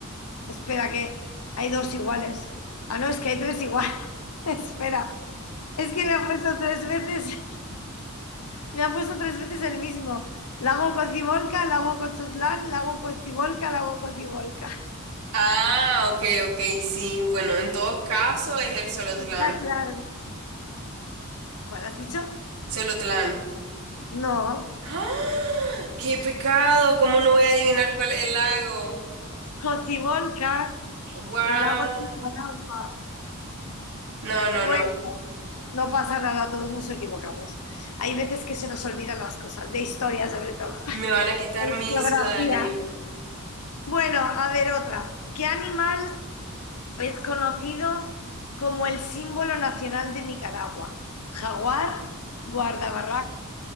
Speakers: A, on the left; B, on the right.
A: Espera, que hay dos iguales. Ah, no, es que hay tres iguales. <laughs> Espera, es que le he puesto tres veces. Me ha puesto tres veces el mismo. Lago Cocibolca, Lago Cochutlán, Lago Cocibolca, Lago Cocibolca.
B: Ah, ok, ok, sí. Bueno, en todo caso es el Solotlán.
A: Está claro. ¿Cuál has dicho?
B: Solotlán.
A: No.
B: ¡Ah! ¡Qué pecado! ¿Cómo no voy a adivinar cuál es el lago?
A: Cocibolca,
B: ¡Guau!
A: el lago de Nicaragua.
B: No, no,
A: Bueno,
B: no.
A: no pasa nada, todos nos equivocamos. Hay veces que se nos olvidan las cosas, de historia sobre todo,
B: Me van a quitar
A: de
B: mi
A: geografía.
B: ciudadanía.
A: Bueno, a ver otra. ¿Qué animal es conocido como el símbolo nacional de Nicaragua? ¿Jaguar, guardabarracas?